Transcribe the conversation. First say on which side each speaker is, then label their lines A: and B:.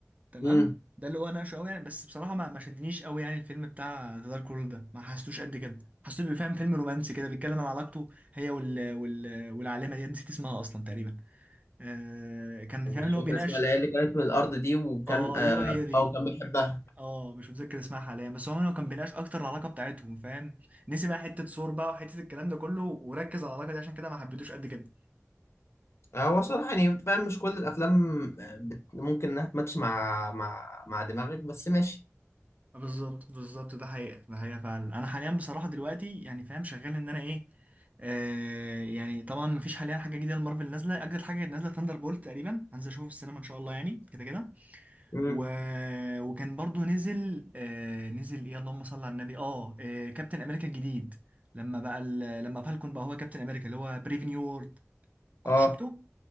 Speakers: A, on the right (about 30°); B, on the left (about 60°).
A: تمام
B: امم
A: ده اللي هو ناقشه قوي يعني بس بصراحه ما, ما شدنيش قوي يعني الفيلم بتاع ذا دارك وورلد ده ما حسيتوش قد كده حسيته بيفهم فيلم رومانسي كده بيتكلم عن علاقته هي وال... وال... والعالمه دي نسيت اسمها اصلا تقريبا آه كان
B: مش
A: فاهم اللي
B: فاكر
A: هو بيناقش
B: اسمها اللي هي اللي كانت من الارض دي وكان
A: اه
B: اه
A: ايوه هي دي
B: آه، وكان بيحبها
A: اه مش متذكر اسمها حاليا بس عموما هو كان بيناقش اكتر العلاقه بتاعتهم فاهم نسي بقى حته صور بقى وحته الكلام ده كله وركز على العلاقه دي عشان كده ما حبيتوش قد كده
B: آه، هو صراحه يعني فاهم مش كل الافلام آه، بت- ممكن انها تماتش مع مع مع دماغك بس ماشي
A: بالظبط بالظبط ده حقيقه ده حقيقه فعلا انا حاليا بصراحه دلوقتي يعني فاهم شغال ان انا ايه آه يعني طبعا مفيش حاليا حاجه جديده لمارفل نازله اجدد حاجه نازله ثاندر بولت تقريبا هنزل اشوفه في السينما ان شاء الله يعني كده كده
B: امم
A: و... وكان برضو نزل آه نزل ايه اللهم صل على النبي اه, آه كابتن امريكا الجديد لما بقى ال... لما فالكون بقى هو كابتن امريكا اللي هو بريف نيو وورلد كنت
B: اه
A: شفته